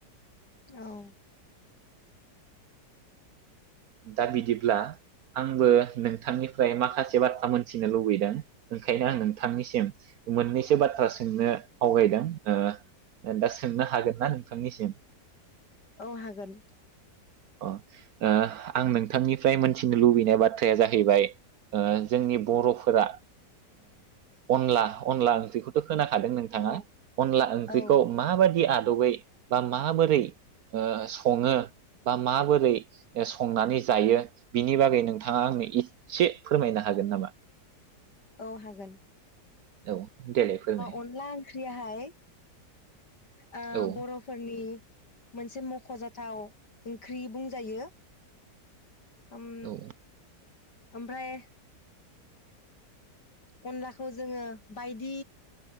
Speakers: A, on the left; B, on the right.
A: औ
B: दा बिदिब्ला आंबो नोंथांनिफ्राय माखासे बाथ्रा मोनथिनो लुबैदों ओंखायनो आं नोंथांनिसिम मोननैसो बाथ्रा सोंनो आवगायदों ओ दा सोंनो हागोन ना नोंथांनिसिम
A: औ हागोन।
B: अ ओ आं नोंथांनिफ्राय मोनथिनो लुबैनाय बाथ्राया जाहैबाय जोंनि बरफोरा अनला अनला ओंख्रिखौथ खोनाखादों नोंथांङा
A: औ
B: अनला ओंख्रिखौ
A: औ
B: माबायदि आद -बै बा माबोरै ओ संङो बा माबोरै ओ संङो संनानै जायो बिनि बागै नोंथाङा आंनो इसे फोरमायनो हागोन नामा?
A: औ हागोन।
B: औ देलाय फोरमाय
A: अनला ओंख्रियाहाय ओ
B: औ
A: बरफोरनि मोनसे मखजाथाव ओंख्रि बुंजायो हम
B: औ
A: ओमफ्राय अनलाखौ जोङो बायदि